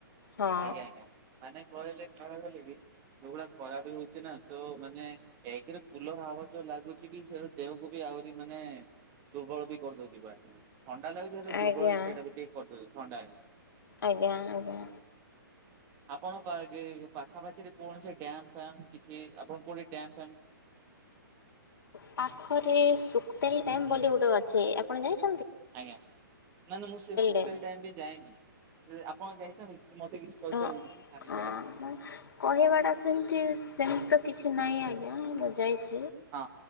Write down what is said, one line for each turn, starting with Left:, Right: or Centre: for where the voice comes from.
Left: ହଁ
Right: ଆଜ୍ଞା ଆଜ୍ଞା ମାନେ କହିଲେ ଯାହା କଲେ କି ଯୋଉଭଳିଆ ଖରା ବି ହଉଛି ନା ତୋ ମାନେ ମାନେ ଏକରେ ଫୁଲର ହାବା ଯୋଉ ଲାଗୁଛିକି ସେରା ଦେହକୁ ବି ଆହୁରି ମାନେ ଦୁର୍ବଳ ବି କରିଦଉଛି କୁଆଡେ। ଥଣ୍ଡା ଲାଗୁଛି ହେଲେ
Left: ଆଜ୍ଞା
Right: ଦୁର୍ବଳ ସେଇଟାବିି ଟିକେ କରିଦଉଛି। ଥଣ୍ଡା
Left: ଆଜ୍ଞା ଆଜ୍ଞା
Right: ଆପଣଙ୍କ ପାଗେ ପାଖା ପାାଖିରେ କୌଣସି ଡ୍ୟାମ ଫ୍ୟାମ କିଛି ଆପଣ କୋଉଠି ଡ୍ୟାମ
Left: ପାଖରେ ସୁକ୍ତାଲିଡ୍ୟାମ ବୋଲି ଗୋଟେ ଅଛି ଆପଣ ଜାଇଛ
Right: ଆଜ୍ଞା ନା ନା ମୁଁ ସେ ଶୁକ୍ତାଲି
Left: ଡ୍ୟାମ୍।
Right: ଡ୍ୟାମ ବି ଯାଏନି ଆପ କଣ ଯାଇଛନ୍ତି। କିଛି ମତେ କିଛି କହିପାରିବେ
Left: ଓ
Right: କିଛି ତା ବିଷୟରେ?
Left: ହ ମ କହିବା ଟା ସେମତି ସେମତି ତ କିଛି ନାହିଁ ଆଜ୍ଞା ମୁଁ ଯାଇଛି
Right: ହଁ